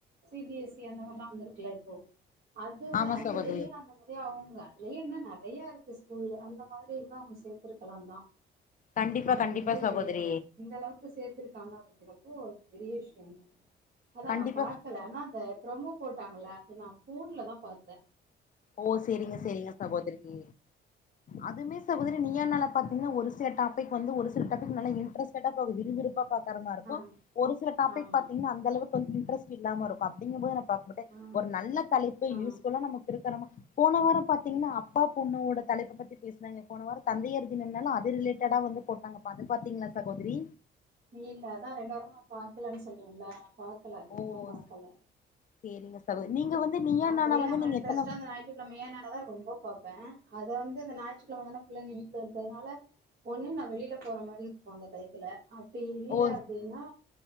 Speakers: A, on the right; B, on the left.
A: சி பி எஸ் சி அந்த மாதிரி எல்லாம் வந்திருக்கல இப்போ அது
B: ஆமா
A: அதுலயே
B: சகோதரி
A: அந்த மா ஏ அவுங்க அதுலயே இன்னோ நெறையா இருக்கு ஸ்கூல்ல அந்த மாதிரி கூட அவுங்க சேத்திருக்குலா தா
B: கண்டிப்பா
A: அவுங்க
B: கண்டிப்பா
A: வந்து
B: சகோதரி
A: இந்த அளவுக்கு சேத்திருக்காங்க அப்டிங்கிற அப்போ பெரிய விஷியோ தா அதா
B: கண்டிப்பா
A: நா பாக்கல ஆனா அத ப்ரமோ போட்டாங்களா அத நா ஃபோன்ல தா பாத்த
B: ஓ செரிங்க செரிங்க சகோதரி அதுமே சகோதிரி நீயா நானா பாத்தீங்ன்னா ஒரு சில டாப்பிக் வந்து ஒரு சில டாப்பிக் நல்லா இன்ட்ரெஸ்ட்டட போது விறுவிறு ப்பா பாக்ற மார் இருக்கு
A: ஆ
B: ஒரு சில டாபிக்
A: ஆமா
B: பாத்தீங்ன்னா அந்த அளவு கொஞ்ச இன்ட்ரெஸ்ட் இல்லாம இருக்கு அப்டிங்கு போது பாக் மாட்டே
A: ஆ
B: ஒரு நல்ல தலைப்பு
A: ஆ
B: யூஸ்ஃபுல்லா நமக்கு இருக்கறமா போன வாரோ பாத்தீங்ன்னா அப்பா பொண்ணோட தலைப்ப பத்தி பேசினாங்க போன வாரோ தந்தையர் தினம்னால அது ரிலேட்டடா வந்து போட்டாங்கப்பா அது பாத்தீங்ளா சகோதிரி
A: இல்ல அதா ரெண்டு வாரமா நா பாக்கலன்னு சொல்றேல்ல பாக்கல அதிகம்மா
B: ஓ
A: பாக்கல
B: சேரிங்க சகோதரி
A: ஆமா
B: நீங்க வந்து நீயா
A: அப்டியே
B: நானா வந்து
A: நம்ம
B: நீங்க
A: இன்ட்ரெஸ்ட்டா
B: எத்தன
A: அந்த ஞாய் ஞாயத்துக்கிழமனால தா ரொம்ப பாப்பே அத வந்து இந்த ஞாற்றுக்கிழமதான பிள்ளைங்க வீட்ல இருக்கறதுனால ஒண்ணு நா வெளியில போற மாதிரி இருக்கு அந்த டையத்துல அப்டி இல்ல
B: ஓ
A: அப்டின்னா